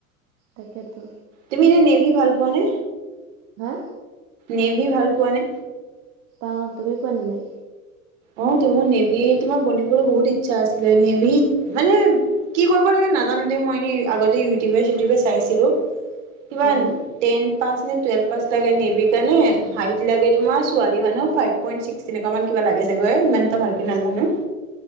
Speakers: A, on the right; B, on the right.
A: তাকেতো।
B: তুমি এনে নেভি ভাল পোৱা নে?
A: হা?
B: নেভি ভাল পোৱা নে?
A: পাওঁ তুমি পোৱা নে নাই?
B: অ তোভু নেভি তোমাৰ বনিবলৈ বহুত ইচ্ছা আছিলে। নেভি মানে কি কৰিব লাগে নাজানো দে, মই এনে আগতে ইউটিউবে চিটিউবে চাইছিলো। কিবা
A: অ
B: টেন পাছ নে টুৱেলভ পাছ লাগে নেভি কাৰণে হাইট লাগে তোমাৰ ছোৱালী মানুহ ফাইভ পইন্ট ছিক্স তেনেকুৱা মান কিবা লাগে। জাগৈ ইমান টা ভালকে নাজানো,